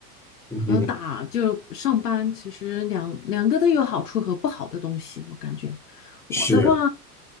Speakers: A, in the centre; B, on the left.
A: 嗯哼，
B: 和打就上班，其实两两个都有好处和不好的东西。我感觉
A: 是，
B: 我的话，